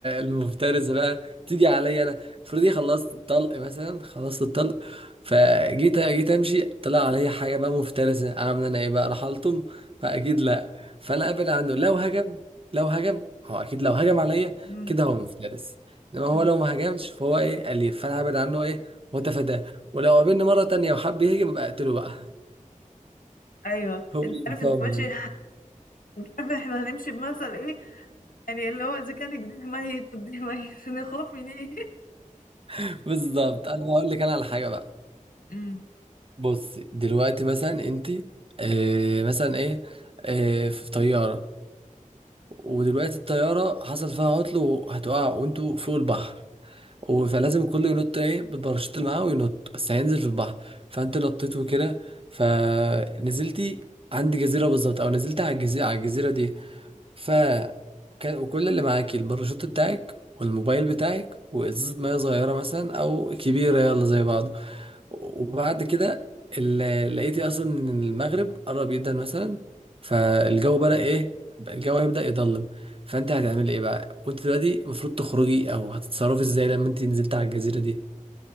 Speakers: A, on the right; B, on the left.
A: المفترسة بقى تيجي عليا انا افرضي خلصت الطلق مثلا خلصت الطلق فجيت جيت امشي طلع عليا حاجة بقى مفترسة عاملة انا ايه بقى راح الطم فاكيد لا فانا ابعد عنه لو هجم لو هجم هو اكيد لو هجم عليا
B: مم.
A: كده هو مفترس انما هو
B: مم.
A: لو ما هجمش فهو ايه اليف فانا هبعد عنه ايه واتفاداه ولو قابلني مرة تانية وحب يهجم ابقى اقتله بقى
B: ايوه
A: هو
B: انت
A: اللي
B: عارف
A: فاهم
B: انت ماشي <laughs> مش عارف احنا هنمشي بمثل ايه يعني اللي هو اذا كان جديه ميت وجديه ميت <laughs> نخاف من ايه
A: <laughs> بالظبط انا هقول لك انا على حاجة بقى
B: مم.
A: بص دلوقتي مثلا انت آه مثلا ايه آه في طيارة ودلوقتي الطيارة حصل فيها عطل وهتقع وانتوا فوق البحر و- فلازم الكل ينط ايه بالباراشوت اللي معاه وينط بس هينزل في البحر فانت نطيت وكده فنزلتي عند جزيرة بالظبط او نزلت على الجزيرة على الجزيرة دي ف وكان- وكل اللي معاكي الباراشوت بتاعك والموبايل بتاعك وازازة مية صغيرة مثلا او كبيرة يلا زي بعض وبعد كده ال- لقيتي اصلا ان المغرب قرب جدا مثلا فالجو بدأ ايه الجو هيبدأ يضلم فانت هتعملي ايه بقى وانت دلوقتي المفروض تخرجي او هتتصرفي ازاي لما انت نزلت على الجزيرة دي